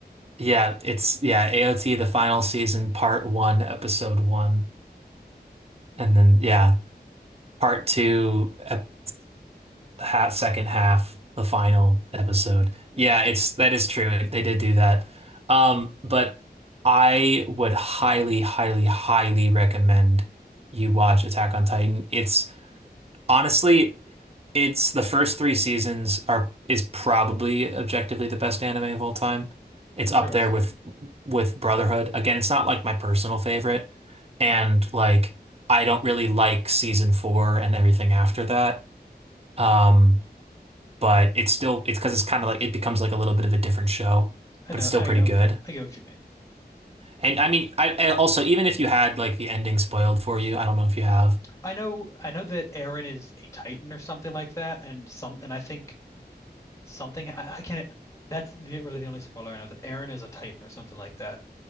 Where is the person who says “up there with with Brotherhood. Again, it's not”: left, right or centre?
Right